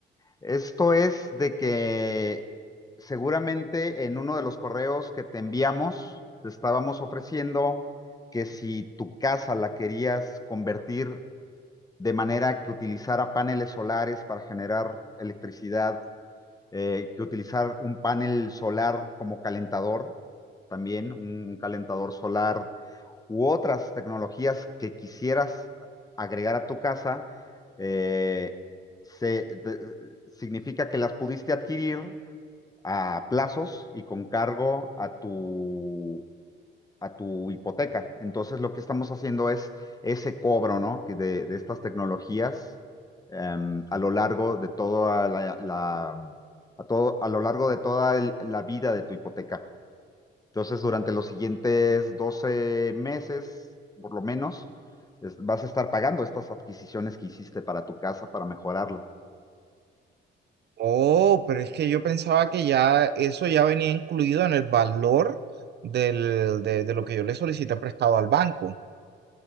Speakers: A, on the left; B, on the right.
A: Esto es de que seguramente en uno de los correos que te enviamos, te estábamos ofreciendo que si tu casa la querías convertir de manera que utilizara paneles solares para generar electricidad eh, que utilizar un panel solar como calentador, también un calentador solar u otras tecnologías que quisieras agregar a tu casa, eh, se, te- significa que las pudiste adquirir a plazos y con cargo a tu a tu hipoteca. Entonces, lo que estamos haciendo es ese cobro, ¿no? que de, de estas tecnologías em, a lo largo de toda la, la- a todo, a lo largo de toda el- la vida de tu hipoteca. Entonces, durante los siguientes 12 meses, por lo menos, es- vas a estar pagando estas adquisiciones que hiciste para tu casa para mejorarla.
B: Oh, pero es que yo pensaba que ya eso ya venía incluido en el valor del, de, de lo que yo le solicité prestado al banco.